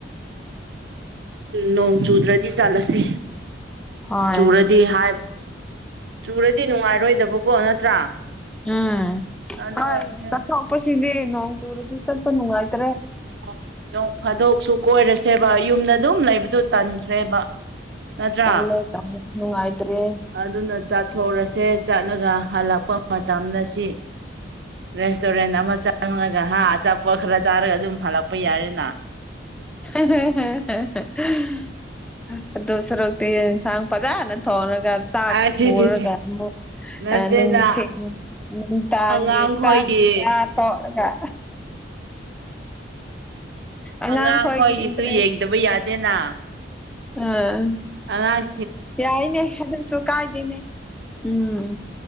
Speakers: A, on the right; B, in the centre.
A: ꯅꯣꯡ ꯆꯨꯗ꯭ꯔꯗꯤ ꯆꯠꯂꯁꯦ
B: ꯍꯣꯏ
A: ꯆꯨꯔꯗꯤ ꯍꯥꯏꯕ ꯆꯨꯔꯗꯤ ꯅꯨꯡꯉꯥꯏꯔꯣꯏꯗꯕꯀꯣ ꯅꯠꯇ꯭ꯔꯥ
B: ꯎꯝ
A: ꯑꯗꯨ
B: ꯍꯣꯏ
A: ꯑꯣꯏꯕꯅꯤ
B: ꯆꯠꯊꯣꯛꯄꯁꯤꯗꯤ ꯅꯣꯡ ꯆꯨꯔꯗꯤ ꯆꯠꯄ ꯅꯨꯡꯉꯥꯏꯇ꯭ꯔꯦ
A: ꯍꯣꯏ ꯅꯣꯡ ꯐꯥꯗꯣꯛꯁꯨ ꯀꯣꯏꯔꯁꯦꯕ ꯌꯨꯝꯗ ꯑꯗꯨꯝ ꯂꯩꯕꯗꯨ ꯇꯟꯈ꯭ꯔꯦꯕ ꯅꯠꯇ꯭ꯔꯥ
B: ꯇꯂꯦ ꯅꯨꯡꯉꯥꯏꯇꯔꯦ
A: ꯑꯗꯨꯅ ꯆꯥꯠꯊꯣꯛꯔꯁꯦ ꯆꯠꯂꯒ ꯍꯜꯂꯛꯄ ꯃꯇꯝꯗ ꯁꯤ ꯔꯦꯁꯇꯨꯔꯦꯟ ꯑꯃ ꯆꯪꯉꯒ ꯍꯥ ꯑꯆꯥꯄꯣꯠ ꯈꯔ ꯆꯥꯔꯒ ꯑꯗꯨꯝ ꯍꯜꯂꯛꯄ ꯌꯥꯔꯦꯅ
B: <unintelligible> ꯑꯗꯨ ꯁꯔꯨꯛꯇꯤ ꯏꯟꯁꯥꯡ ꯐꯖꯅ ꯊꯣꯡꯔꯒ ꯆꯥꯛ
A: ꯑ ꯁꯤ
B: ꯄꯨꯔꯒ
A: ꯁꯤ ꯁꯤ
B: ꯑꯃꯨꯛ
A: ꯅꯠꯇꯦꯅ
B: ꯑ ꯅꯨꯡꯊꯤꯜ ꯅꯨꯡꯗꯥꯡꯒꯤ
A: ꯑꯉꯥꯡꯈꯣꯏꯒꯤ
B: ꯆꯥꯛ ꯆꯥ ꯇꯣꯛꯑꯒ ꯑꯉꯥꯡꯈꯣꯏꯒꯤ
A: ꯑꯉꯥꯡꯈꯣꯏꯒꯤꯁꯨ
B: ꯏꯟꯇꯔꯦꯁ
A: ꯌꯦꯡꯗꯕ ꯌꯥꯗꯦꯅ
B: ꯑꯥ
A: ꯑꯉꯥꯡ
B: ꯌꯥꯏꯅꯦ ꯑꯗꯨꯁꯨ ꯀꯥꯏꯗꯦꯅꯦ ꯎꯝ